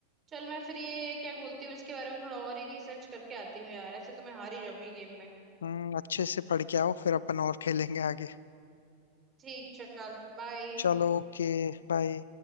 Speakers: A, on the right (about 20°); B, on the left (about 65°).
A: चल मैं फिर ये क्या बोलती हूँ इसके बारे में थोड़ा और ही रिसर्च करके आती हूँ यार ऐसे तो मैं हार ही जाऊंगी गेम में
B: हम्म अच्छे से पढ़ के आओ फिर अपन और खेलेंगे आगे
A: ठीक चल बाय
B: चलो ओके बाय